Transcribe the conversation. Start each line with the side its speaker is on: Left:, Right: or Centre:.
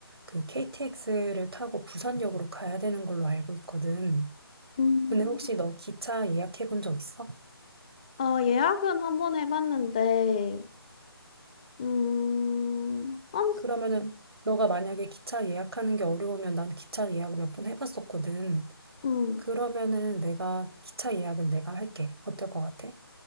Right: 그 KTX를 타고 부산역으로 가야 되는 걸로 알고 있거든.
Left: 음,
Right: 근데 혹시 너 기차 예약해 본 적 있어?
Left: 어, 예약은 한번 해봤는데, 음, 한,
Right: 그러면은 너가 만약에 기차 예약하는 게 어려우면 난 기차 예약을 몇 번 해봤었거든.
Left: 음,
Right: 그러면은 내가 기차 예약은 내가 할게. 어떨 것 같아?